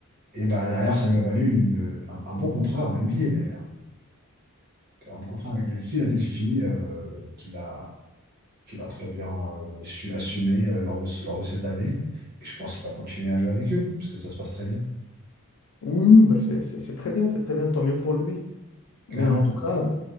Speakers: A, on the right (about 45°); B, on the left (about 75°).
A: Et bah, derrière, ça lui a valu une- un, un bon contrat en NBA, derrière. Un bon contrat avec les Philadelphie, euh, qu'il a, qu'il a très bien euh, su assumer euh, lors de, ce- lors de cette année. Et je pense qu'il va continuer à jouer avec eux, parce que ça se passe très bien,
B: Oui, oui, bah c'est c'est- c'est très bien, c'est très bien, tant mieux pour lui. Mais
A: clairement.
B: en tout cas, euh,